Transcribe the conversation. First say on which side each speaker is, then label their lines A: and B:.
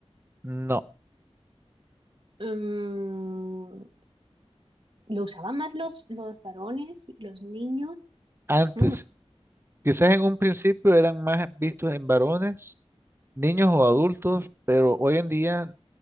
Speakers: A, on the right; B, on the right.
A: no.
B: Mm, lo usaban más los, los varones, los niños.
A: Antes,
B: Mm,
A: quizás en un principio eran más vistos en varones, niños o adultos, pero hoy en día